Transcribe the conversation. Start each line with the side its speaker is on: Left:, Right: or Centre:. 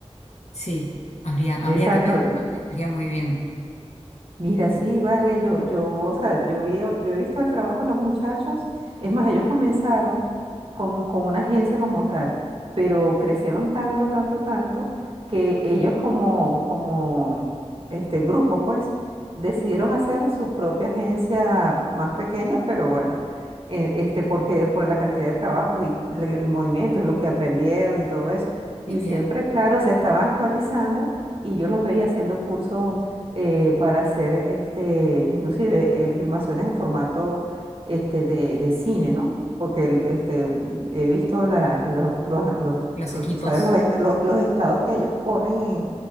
Left: sí, habría, habría
Right: exacto.
Left: que pensar, estaría muy bien.
Right: Mira, sí, vale, yo, yo, o sea, yo vi, yo he visto el trabajo de los muchachos, es más, ellos comenzaron con, con una agencia como tal, pero crecieron tanto, tanto, tanto, que ellos como, como este grupo, pues, decidieron hacer su propia agencia más pequeña, pero bueno, eh, este, porque por la cantidad de trabajo y el, el movimiento y lo que aprendieron y todo eso,
Left: Qué
Right: y
Left: bien,
Right: siempre, claro, se estaban actualizando y yo los veía haciendo cursos eh, para hacer este, inclusive eh, filmaciones en formato este, de, de cine, ¿no? Porque el- este, mm, he visto la, los, los, los,
Left: los equipos
Right: ¿sabes? Los, est- lo- los estados que ellos ponen